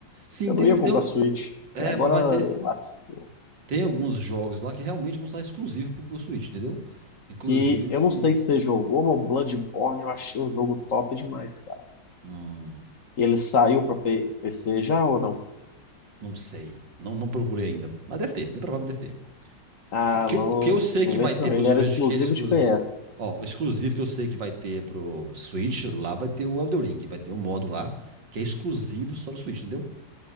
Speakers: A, on the right (about 85°); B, on the left (about 50°).
A: Sim,
B: Eu
A: tem
B: não ia
A: um. Tem,
B: comprar
A: um-
B: Switch.
A: é,
B: Agora
A: mas vai ter.
B: lascou.
A: Tem alguns jogos lá que realmente vão estar exclusivos pro, pro Switch, entendeu? Inclusive.
B: Que eu não sei se você jogou, mas o Bloodborne eu achei um jogo top demais, cara.
A: hum,
B: Ele saiu pra P- PC já ou não?
A: não sei. Não, não procurei ainda. Mas deve ter, bem provável que deve ter.
B: Ah,
A: que
B: não,
A: eu, que eu sei
B: não
A: que
B: vê
A: vai
B: se
A: ter
B: não.
A: pro
B: Ele
A: Switch,
B: era exclusivo
A: que é exclusivo.
B: de PS.
A: Ó, o exclusivo que eu sei que vai ter pro Switch, lá vai ter o Elden Ring, vai ter um modo lá que é exclusivo só do Switch, entendeu?